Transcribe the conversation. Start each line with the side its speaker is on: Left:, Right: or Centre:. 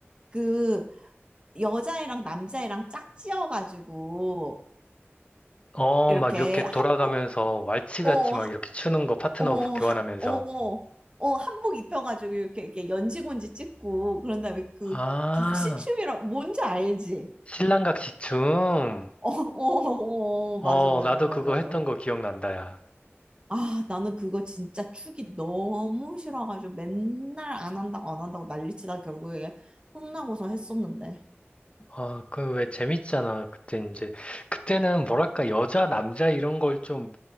Right: 그, 여자애랑 남자애랑 짝지어가지고,
Left: 어,
Right: 이렇게
Left: 막 이렇게
Right: 한복,
Left: 돌아가면서 왈츠같이
Right: 어,
Left: 막
Right: 하,
Left: 이렇게 추는 거 파트너
Right: 어,
Left: 교환하면서.
Right: 하, 어, 어, 한복 입혀가지고 이렇게, 이렇게 연지곤지 찍고, 그런 다음에 그,
Left: 아,
Right: 각시춤이라, 뭔지 알지?
Left: 신랑각시 춤.
Right: 어, 어, 어, 어, 어,
Left: 어,
Right: 맞아, 맞아,
Left: 나도
Right: 맞아,
Left: 그거
Right: 맞아.
Left: 했던 거 기억난다, 야.
Right: 아, 나는 그거 진짜 축이 너무 싫어가지고 맨날 안 한다고 안 한다고 난리치다 결국에 혼나고서 했었는데.
Left: 어, 그 왜 재밌잖아. 그때 이제, 그때는 뭐랄까, 여자, 남자 이런 걸 좀,